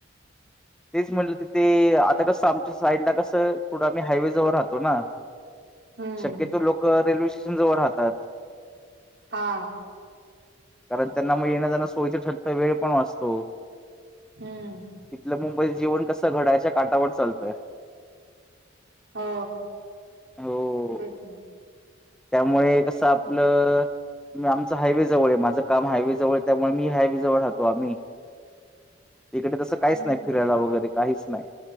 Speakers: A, in the centre; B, on the right.
A: तेच म्हणलं तिथे आता कसं आमच्या साईडला कसं थोड आम्ही हायवे जवळ राहतो ना
B: हम्म
A: तिथून लोक रेल्वे स्टेशन जवळ राहतात
B: हा
A: कारण त्यांना मग येण्याजाण्याच सोयीच ठरत वेळ पण वाचतो
B: हम्म
A: इथलं मुंबईच जीवन कसं घड्याळाच्या काटावर चालत
B: हो
A: हो.
B: तेच ना
A: त्यामुळे कसं आपलं नाही आमचं हायवे जवळ आहे माझं काम हायवेजवळ त्यामुळे मी हायवेजवळ राहतो आम्ही इकडे तसं काहीच
B: हम्म
A: नाही फिरायला वगैरे काहीच नाही